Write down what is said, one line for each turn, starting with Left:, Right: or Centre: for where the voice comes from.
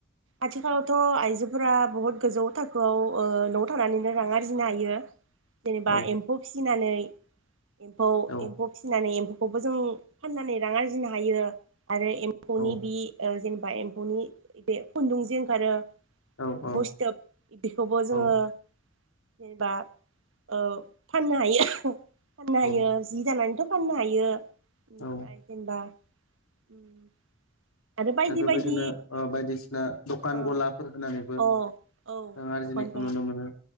Right: आथिखालावथ' आइजोफोरा बहुत गोजौ थाखो खौ न'आव थानानैनो रां आरजिनो हायो। जेनेबा
Left: औ
Right: एम्फौ फिसिनानै एम्फौ
Left: औ
Right: एम्फौ फिसिनानै एम्फौ खौबो जों फाननानै रां आरजिनो हायो आरो ए हनि
Left: औ
Right: बि ओ जेनेबा एम्फौनि बे खुन्दुंजों ओंखारो।
Left: औ
Right: एम्फौ
Left: औ
Right: स्थोब बेखौबो जोङो
Left: औ
Right: जेनेबा ओ फाननो हायो। फान्नो हायो
Left: औ
Right: जि दानानैथ' फाननो हायो। बेनिफ्राय
Left: औ
Right: जेनबा उम बायदि
Left: आरो
Right: बायदि
Left: बायदिनो ओ बायदिस ना दकान
Right: ओ
Left: गलाफोर होनानैबो जों
Right: औ औ
Left: आरजिनायखौ
Right: दखान गला
Left: नुनो मोनो।